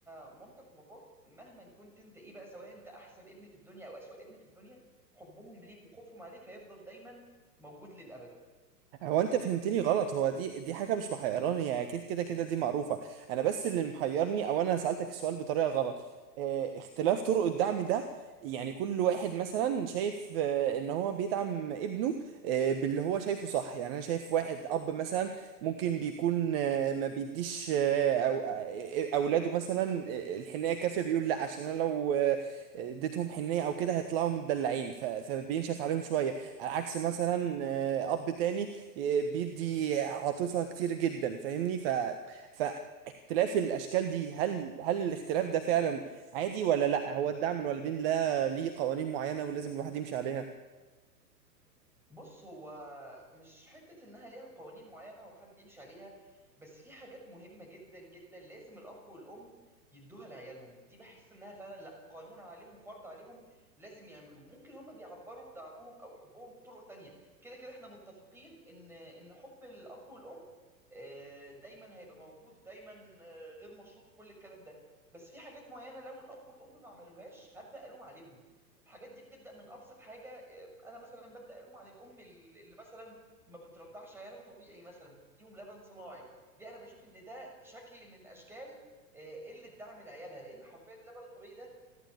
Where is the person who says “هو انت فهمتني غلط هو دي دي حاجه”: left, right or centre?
Right